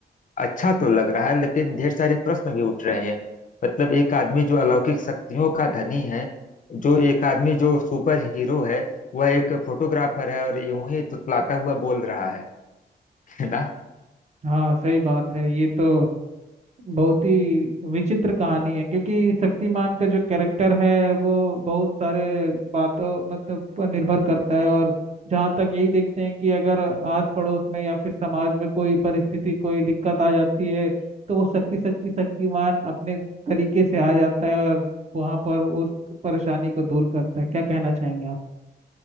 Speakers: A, on the left; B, on the right.
A: अच्छा तो लग रहा है लेकिन ढेर सारे प्रश्न भी उठ रहे हैं मतलब एक आदमी जो अलौकिक शक्तियों का धनी है जो एक आदमी जो सुपर हीरो है वह एक फोटोग्राफर है और यूं ही तुतलाता हुआ बोल रहा है <laughs> है ना
B: हाँ सही बात है ये तो बहुत ही विचित्र कहानी है क्योंकि शक्तिमान का जो कैरेक्टर है वो बहुत सारे बातों मतलब पर निर्भर करता है और जहाँ तक यही देखते हैं कि अगर आस पड़ोस में या फिर समाज में कोई परिस्थिति कोई दिक्कत आ जाती है तो वो शक्ति शक्ति शक्तिमान अपने तरीके से आ जाता है और वहाँ पर उस परेशानी को दूर करता है क्या कहना चाहेंगे आप